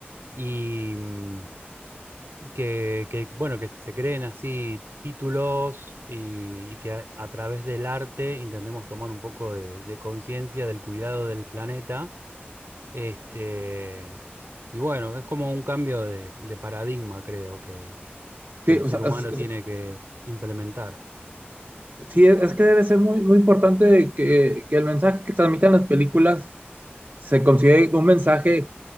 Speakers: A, on the right; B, on the right.
A: y, mm, y que, que, bueno, que se creen así títulos y, y que a, a través del arte intentemos tomar un poco de de conciencia del cuidado del planeta Este, y bueno, es como un cambio de, de paradigma, creo, que, que
B: sí,
A: el
B: o
A: ser
B: sea,
A: humano
B: es-
A: tiene que implementar.
B: Sí, es es que debe ser muy, muy importante que, que el mensaje que transmitan las películas se considere un mensaje